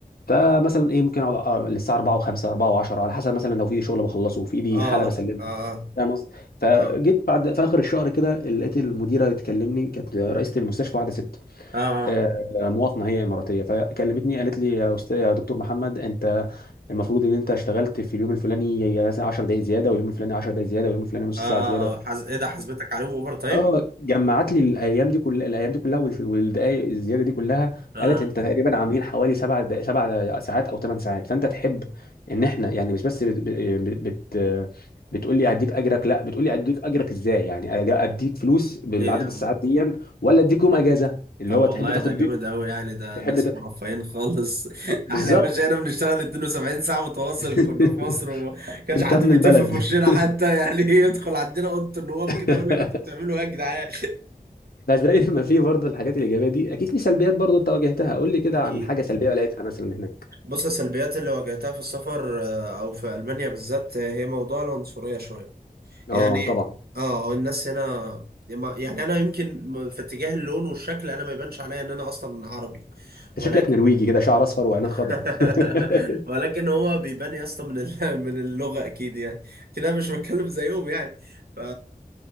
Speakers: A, on the left; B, on the right.
A: فمثلا ايه ممكن اقعد أ- آه، للساعه 4 و5 4 و10 على حسب مثلا لو في ايدي شغل بخلصه وفي ايدي
B: اه
A: حاله بسلمها
B: اه اه
A: فاهم قصدي فجيت
B: اه اه اه اه
A: بعد في اخر الشهر كده لقيت المديره تكلمني كانت رئيسه المستشفى واحده ست
B: اه آه،
A: آه،
B: آه،
A: مواطنه هي اماراتيه فكلمتني قالت لي يا استاذ يا دكتور محمد انت المفروض ان انت اشتغلت في اليوم الفلاني مثلا 10 دقائق زياده واليوم الفلاني 10 دقائق زياده واليوم الفلاني نص
B: آه،
A: ساعه زياده
B: آه، حز... ايه ده حسبتك عليهم اوفر تايم؟
A: اه جمعت لي الايام دي كلها الايام دي كلها والف- والدقائق الزياده دي كلها
B: اه
A: قالت انت تقريبا عاملين حوالي سبع دق- سبع ساعات او ثمان ساعات فانت تحب ان احنا يعني مش بس بت بت بت بتقول لي اديك اجرك لا بتقول لي اديك اجرك ازاي يعني أج- اديك فلوس بالعدد
B: ايه يا عم
A: الساعات
B: ده
A: دي ولا اديك يوم اجازه اللي
B: طب
A: هو
B: والله
A: تحب تاخد
B: ده جامد
A: بيه
B: أوي يعني ده
A: تحب
B: الناس
A: ت...
B: مرفهين خالص <laughs>
A: بالظبط
B: احنا يا باشا هنا بنشتغل 72 ساعة متواصل
A: <laughs>
B: كنا في مصر وكانش
A: انت
B: حد
A: ابن
B: بيتف
A: البلد
B: في وشنا حتى يعني <laughs> يدخل عندنا أوضة النواب
A: <laughs>
B: كده يقول لك انتوا بتعملوا ايه يا جدعان
A: بس زي ما في برضه الحاجات الايجابيه دي اكيد في سلبيات برضه انت واجهتها قول لي كده
B: <laughs> أكيد
A: عن حاجه سلبيه لقيتها مثلا
B: بص السلبيات اللي واجهتها في السفر آه، أو في ألمانيا بالذات آه، هي موضوع العنصرية شوية
A: اه
B: يعني
A: طبعا
B: اه الناس هنا يعني أنا يمكن في اتجاه اللون والشكل أنا ما يبانش عليا إن أنا أصلا عربي ولكن
A: انت شكلك نرويجي كده شعر اصفر وعينك
B: <laughs>
A: خضراء <laughs>
B: ولكن هو بيبان يا اسطى من ال- <laughs> من اللغه اكيد يعني كده مش بتكلم زيهم يعني ف...